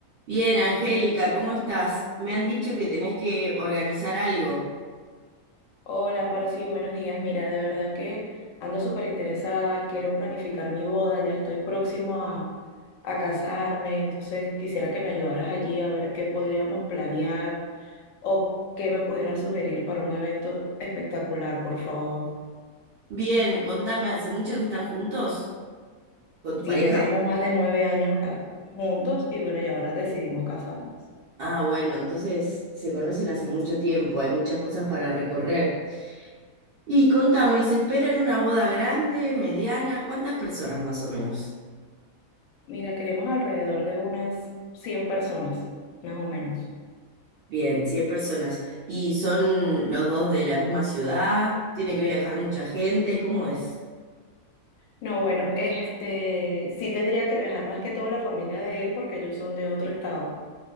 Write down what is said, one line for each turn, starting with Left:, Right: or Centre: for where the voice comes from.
Right: Bien, Angélica, ¿cómo estás? Me han dicho que tenés que organizar algo.
Left: Hola, Amparo, sí, buenos días. Mira, de verdad que ando súper interesada, quiero planificar mi boda, ya estoy próximo a, a casarme, entonces quisiera que me ayudaras allí a ver qué podríamos planear o qué me pudieras sugerir para un evento espectacular, por favor.
Right: Bien, contame, ¿hace mucho que están juntos con tu pareja?
Left: Sí, ya tenemos más de nueve años ca- juntos y bueno, y ahora decidimos casarnos.
Right: Ah, bueno, entonces se conocen hace mucho tiempo, hay muchas cosas para recorrer. Y contame, ¿se esperan una boda grande, mediana? ¿Cuántas personas más o menos?
Left: Mira, queremos alrededor de unas 100 personas, más o menos.
Right: Bien, 100 personas. ¿Y son los dos de la misma ciudad? ¿Tiene que viajar mucha gente? ¿Cómo es?
Left: No, bueno, este sí tendría que viajar más que todo la familia de él porque ellos son de otro estado.